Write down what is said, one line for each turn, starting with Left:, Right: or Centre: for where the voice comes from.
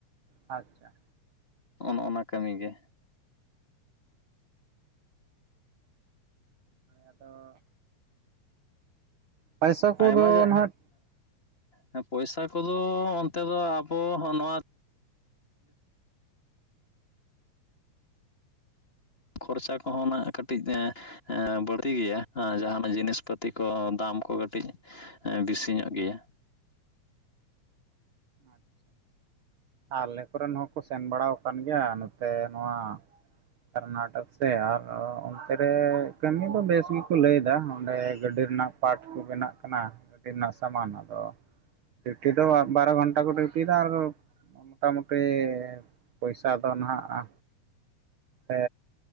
Right: ᱟᱪᱪᱷᱟ᱾
Left: ᱚᱱ ᱚᱱᱟ ᱠᱟᱹᱢᱤ ᱜᱮ᱾
Right: ᱟᱫᱚ ᱯᱟᱭᱥᱟ ᱠᱚᱫᱚ
Left: ᱟᱭᱢᱟ ᱡᱟ
Right: ᱱᱟᱦᱟᱜ
Left: ᱮᱸ, ᱯᱚᱭᱥᱟ ᱠᱚᱫᱚ ᱚᱱᱛᱮ ᱫᱚ ᱟᱵᱚ ᱱᱚᱣᱟ ᱠᱷᱚᱨᱪᱟ ᱠᱚᱦᱚᱸ ᱱᱟᱜ ᱠᱟᱹᱴᱤᱡ ᱮᱸ ᱮᱸ ᱵᱟᱹᱲᱛᱤ ᱜᱮᱭᱟ ᱮᱸ ᱡᱟᱦᱟᱱᱟᱜ ᱡᱤᱱᱤᱥ ᱯᱟᱹᱛᱤ ᱠᱚ ᱫᱟᱢ ᱠᱚ ᱠᱟᱹᱴᱤᱡ ᱮ ᱵᱮᱥᱤ ᱧᱚᱜ ᱜᱮᱭᱟ᱾
Right: ᱟᱪᱪᱷᱟ ᱟᱪᱪᱷᱟ᱾ ᱟᱞᱮ ᱠᱚᱨᱮᱱ ᱦᱚᱸᱠᱚ ᱥᱮᱱ ᱵᱟᱲᱟᱶ ᱟᱠᱟᱱ ᱜᱮᱭᱟ ᱱᱚᱛᱮ ᱱᱚᱣᱟ ᱠᱚᱨᱱᱟᱴᱚᱠ ᱥᱮ, ᱟᱨ ᱚᱱᱛᱮ ᱨᱮ ᱠᱟᱹᱢᱤ ᱫᱚ ᱵᱮᱥ ᱜᱮᱠᱚ ᱞᱟᱹᱭᱮᱫᱟ ᱚᱸᱰᱮ ᱜᱟᱹᱰᱤ ᱨᱮᱱᱟᱜ ᱯᱟᱴ ᱠᱚ ᱵᱮᱱᱟᱜ ᱠᱟᱱᱟ ᱜᱟᱹᱰᱤ ᱨᱮᱱᱟᱜ ᱥᱟᱢᱟᱱ ᱟᱫᱚ ᱰᱤᱭᱩᱴᱤ ᱫᱚ ᱵᱟᱨᱚ ᱜᱷᱚᱱᱴᱟ ᱠᱚ ᱰᱤᱜᱩᱴᱤ ᱫᱚ ᱟᱨ ᱢᱚᱴᱟᱢᱩᱴᱤ ᱯᱚᱭᱥᱟ ᱫᱚ ᱱᱟᱦᱟᱜ-ᱟ ᱮ